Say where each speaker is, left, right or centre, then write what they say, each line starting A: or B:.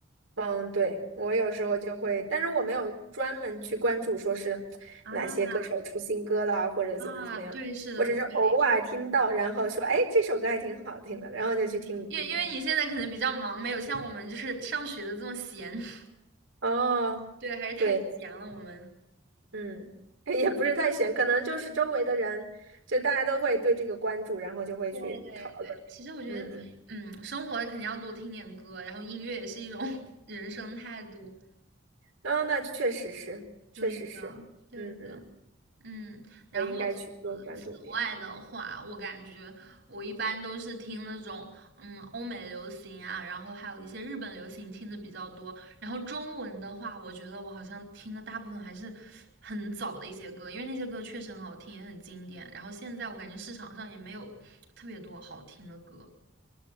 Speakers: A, on the right (about 75°); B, on the right (about 60°).
A: 嗯，对，我有时候就会，但是我没有专门去关注说是哪些歌手出新歌啦，
B: 啊
A: 或者怎么怎么样，
B: 啊，对，是的，
A: 我只是偶尔听到，
B: 对，
A: 然后说，哎，这首歌还挺好听的，然后就去听一听。
B: 因为因为你现在可能比较忙，没有像我们就是上学的这么闲。<laughs>
A: 哦，
B: 对，还是太闲了，
A: 对，
B: 我们。
A: 嗯，<laughs> 也不是太悬，可能就是周围的人，就大家都会对这个关注，然后就会去讨论。
B: 对对对，其实我觉得，
A: 嗯嗯，
B: 嗯，生活肯定要多听点歌，然后音乐也是一种 <laughs> 人生态度。
A: 哦，那确实是，
B: 对的，
A: 确实是，
B: 对的。
A: 嗯嗯，
B: 嗯，然后此
A: 我应该去多关注一点。
B: 此外的话，我感觉我一般都是听那种嗯欧美流行啊，然后还有一些日本流行听的比较多。然后中文的话，我觉得我好像听的大部分还是很早的一些歌，因为那些歌确实很好听，也很经典。然后现在我感觉市场上也没有特别多好听的歌。